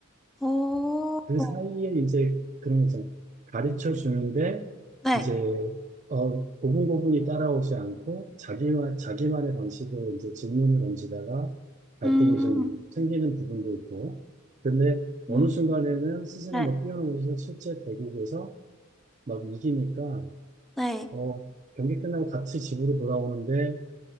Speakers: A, in the centre; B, on the right.
A: 오,
B: 그 사이에 이제 그런 이제 가르쳐 주는데
A: 네.
B: 이제 어 고분고분이 따라오지 않고 자기만 자기만의 방식으로 이제 질문을 던지다가 갈등이
A: 음,
B: 좀 생기는 부분도 있고 근데 어느
A: 음,
B: 순간에는 스승은
A: 네.
B: 막 뛰어넘어서 실제 대국에서 막 이기니까
A: 네.
B: 어 경기 끝나고 같이 집으로 돌아오는데